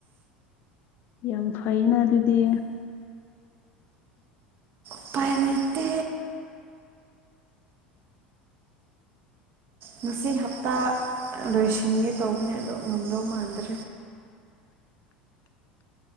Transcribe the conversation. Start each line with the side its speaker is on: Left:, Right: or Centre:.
Left: ꯌꯥꯝ ꯐꯩꯩꯅ ꯑꯗꯨꯗꯤ
Right: ꯎꯄꯥꯏ ꯂꯩꯇꯦ ꯉꯁꯤ ꯍꯞꯇꯥ ꯂꯣꯏꯁꯤꯟꯒꯦ ꯇꯧꯕꯅꯦ ꯑꯗꯣ ꯉꯝꯗꯧ ꯃꯥꯟꯗ꯭ꯔꯦ